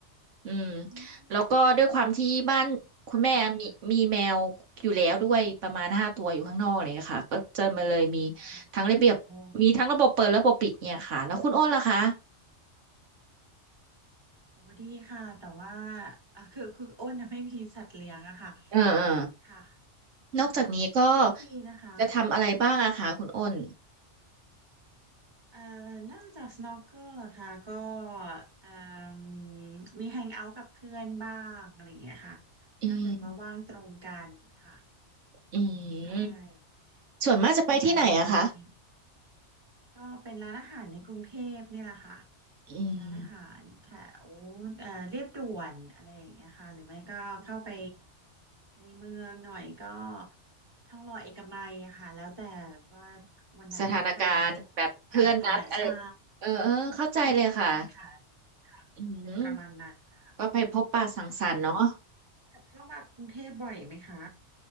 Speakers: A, on the right (about 85°); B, on the right (about 20°).
A: อืม
B: อืม
A: แล้วก็ด้วยความที่บ้านคุณแม่มีมีแมวอยู่แล้วด้วยประมาณห้าตัวอยู่ข้างนอกอะไรเลยค่ะก็จะมาเลยมี
B: เข้าใจค่ะอ๋อ
A: ทั้งระเบียบมีทั้งระบบเปิดระบบปิดเนี่ยค่ะแล้วคุณอ้นล่ะคะ
B: โอ้โหดีค่ะแต่ว่าอ่ะคือคืออ้นน่ะไม่มีสัตว์เลี้ยงอะค่ะ
A: เออเออ
B: ค่ะ
A: นอกจากนี้ก็
B: ค่ะก็ดีนะคะค่ะ
A: จะทำอะไรบ้างอะคะคุณอ้น
B: เอ่อนอกจาก snorkel เหรอคะก็เอ่มมี hang out กับเพื่อนบ้างอะไรอย่างเงี้ยค่ะ
A: อืม
B: ถ้าเกิดว่าว่างตรงกันค่ะ
A: อื
B: ใช่
A: มส่วนมากจะไปที่ไหนอะคะ
B: แล้วคุณแอมล่ะคะมีก็เป็นร้านอาหารในกรุงเทพนี่แหละค่ะ
A: อืม
B: ร้านอาหารแถวเอ่อเรียบด่วนอะไรอย่างเงี้ยค่ะหรือไม่ก็เข้าไปในเมืองหน่อยก็ทองหล่อเอกมัยอะค่ะแล้วแต่ว่าวันไหนใครอยากจะมากินอะไรตรงไหนใช่
A: สถานการณ์แบบเพื่อนนัดอะไรเออเออเข้าใจเลยค่ะ
B: ใช่ใช่ค่ะ
A: อืม
B: เป็นประมาณนั้นค่ะ
A: ก็ไปพบปะสังสรรค์เนาะ
B: แล้วแบบแบบเข้ามากรุงเทพบ่อยไหมคะ